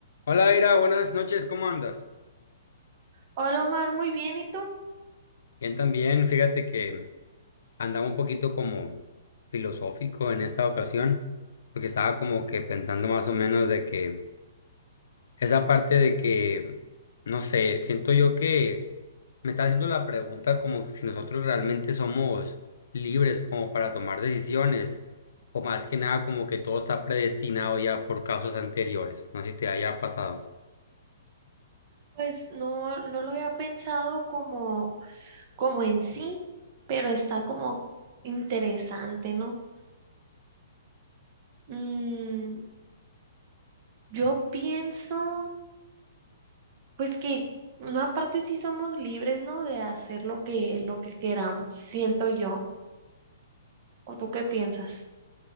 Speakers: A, on the left; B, on the right.
A: Hola, Ira, buenas noches, ¿cómo andas?
B: Hola Omar, muy bien, ¿y tú?
A: Bien, también, fíjate que andaba un poquito como filosófico en esta ocasión, porque estaba como que pensando más o menos de que esa parte de que, no sé, siento yo que me está haciendo la pregunta como si nosotros realmente somos libres como para tomar decisiones, o más que nada como que todo está predestinado ya por causas anteriores, no sé si te haya pasado.
B: Pues no, no lo había pensado como, como en sí, pero está como interesante, ¿no? Mm, yo pienso, pues que una parte sí somos libres, ¿no? De hacer lo que, lo que queramos, siento yo. ¿O tú qué piensas?